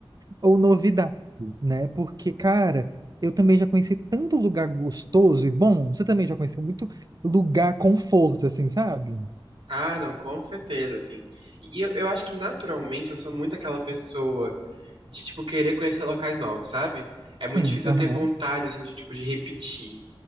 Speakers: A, on the right; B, on the right.
A: ou novidade, né? Porque, cara, eu também já conheci tanto lugar gostoso e bom, você também já conheceu muito lugar conforto, assim, sabe?
B: Ah, não, com certeza, assim. E eu, eu acho que naturalmente eu sou muito aquela pessoa de, tipo, querer conhecer locais novos, sabe? É muito
A: Sim,
B: difícil
A: aham,
B: eu ter vontade, assim, de, tipo, de repetir.